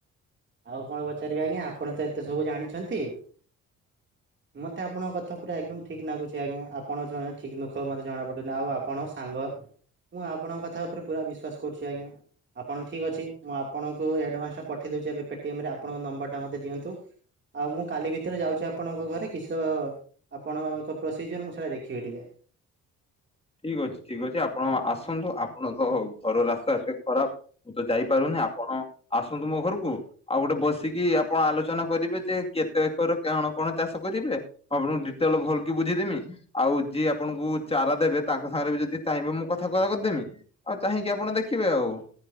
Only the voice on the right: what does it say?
ଆଉ କଣ ପଚାରିବି ଆଜ୍ଞା ଆପଣ ତ ଏତେ ସବୁ ଜାଣିଛନ୍ତି। ମତେ ଆପଣଙ୍କ କଥା ପୁରା ଏକଦମ ଠିକ୍ ନାଗୁଛି ଆଜ୍ଞା ଆପଣ ଜଣେ ଠିକ୍ ନୁଖ ମତେ ଜଣାପଡ଼ୁଛନ୍ତି ଆଉ ଆପଣଙ୍କ ସାଙ୍ଗ। ମୁଁ ଆପଣଙ୍କ କଥା ଉପରେ ପୁରା ବିଶ୍ୱାସ କରୁଛି ଆଜ୍ଞା। ଆପଣ ଠିକ୍ ଅଛି ମୁଁ ଆପଣଙ୍କୁ ଆଡ଼ଭାନ୍ସଟା ପଠେଇ ଦେଉଛି ଏବେ ପେଟିଏମ ରେ ଆପଣଙ୍କ ନମ୍ବରଟା ମତେ ଦିଅନ୍ତୁ। ଆଉ ମୁଁ କାଲି ଭିତରେ ଯାଉଛି ଆପଣଙ୍କ ଘରେ କିଶ ଆପଣଙ୍କ ପ୍ରୋସିଜିଅର ମୁଁ ସେଇଟା ଦେଖିବି ଟିକେ।